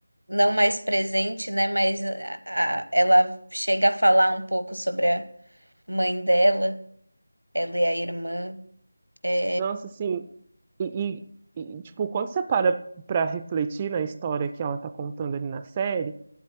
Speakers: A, on the right; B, on the right.
A: não mais presente, né? Mas a- a- ela chega a falar um pouco sobre a mãe dela, ela e a irmã. É,
B: Nossa, assim, e, e, e, tipo, quando você para para refletir na história que ela tá contando ali na série,